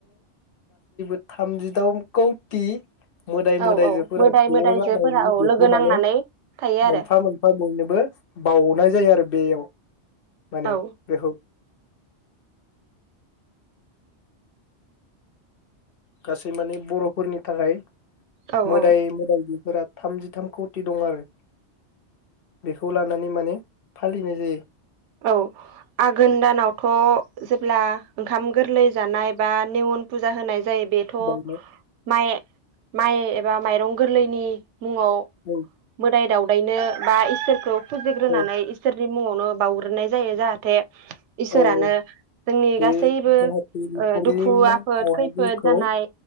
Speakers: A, on the left (about 55°); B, on the right (about 85°).
A: थामजिथाम कौटि मोदाय
B: औ
A: मोदायजोफोरा
B: औ मोदाय
A: ज
B: मोदायजोफोरा
A: जानायनि
B: औ
A: बेखौ
B: लोगो नांनानै
A: माने
B: थायो आरो
A: मोनफा मोनफा बयनोबो बाउनाय जायो आरो बेयाव माने
B: औ
A: बेखौ गासै माने बरफोरनि थाखाय
B: औ
A: मोदाय
B: औ
A: मोदायजो फोरा थामजिथाम कौति दं आरो बेखौ लानानै माने फालिनाय जायो।
B: औ आघोन दानावथ जेब्ला ओंखाम गोरलै जानाय बा नेवन फुजा होनाय जायो बेथ'
A: बावनाय
B: माइ माइ एबा माइरं गोरलैनि मुङाव
A: औ
B: मोदाय दावदायनो बा इसोरखौ फुजिग्रोनानै
A: औ
B: इसोर मुङावनो बावग्रोननाय जायो जाहाथे इसोरानो
A: औ औ
B: जोंनि
A: बे
B: गासैबो
A: जाहाथे न'खरनि
B: ओ दुखु
A: मानसिया
B: आफोद खैफोद
A: जोंखौ
B: जानाय